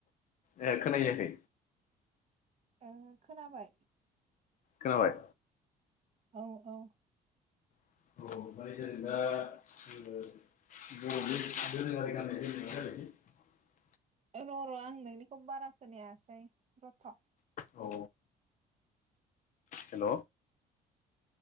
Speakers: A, on the left; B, on the right.
A: ए खोनाहैयाखै
B: ओं खोनाबाय।
A: खोनाबाय
B: औ औ
A: ओमफाय जों दा ओ बरफोरनि दोरोङारि गाननाय जोमनायनि रायलायसै।
B: ओ र र आं नोंनिखौ बारा खोनायासै रथ।
A: औ हेल